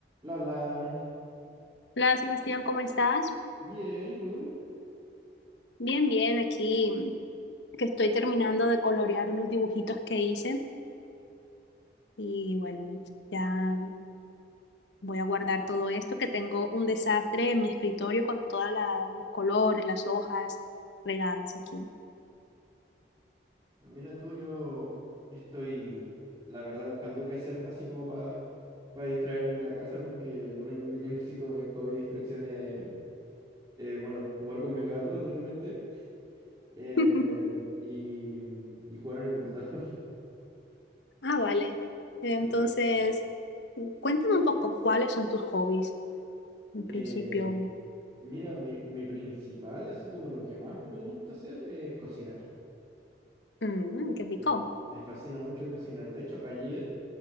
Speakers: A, on the right (about 20°); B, on the left (about 80°).
A: Lola,
B: Hola Sebastián, ¿cómo estás?
A: bien, ¿y tú?
B: Bien, bien, aquí que estoy terminando de colorear unos dibujitos que hice y bueno, ya voy a guardar todo esto que tengo un desastre en mi escritorio con todos los colores, las hojas regadas aquí.
A: No, mira tú, yo estoy, la verdad, buscando qué hacer así como para para distraerme en la casa, porque lo único que tengo <laughs> así como de hobby y distracción es, eh, bueno, jugar con mis gatos de repente eh,
B: <laughs>
A: y, y jugar en el computador. <laughs>
B: Ah, vale. Entonces,
A: Sí.
B: cuéntame un poco cuáles son tus hobbies en
A: Eh,
B: principio.
A: mira, mi, mi principal, así como lo que más me gusta hacer es cocinar.
B: Mm, qué rico.
A: Me, me fascina mucho cocinar. De hecho, ayer,